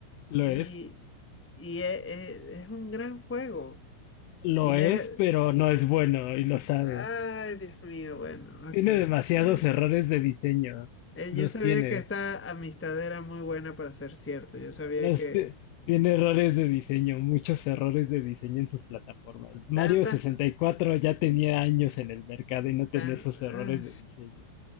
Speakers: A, on the left; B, in the centre.
A: Lo
B: y,
A: es,
B: y e- e- es, un gran juego.
A: lo
B: Y de-
A: es, pero no es bueno y lo sabe.
B: Ay, Dios mío, bueno, ok,
A: Tiene
B: está
A: demasiados
B: bien.
A: errores de diseño,
B: Eh,
A: los
B: Yo sabía
A: tiene.
B: que esta amistad era muy buena para ser cierto. Yo sabía
A: Los
B: que
A: ti- tiene errores de diseño, muchos errores de diseño en sus plataformas. Mario
B: tantas,
A: 64 ya tenía años en el mercado y no tenía
B: tan-
A: esos errores
B: ah,
A: de diseño.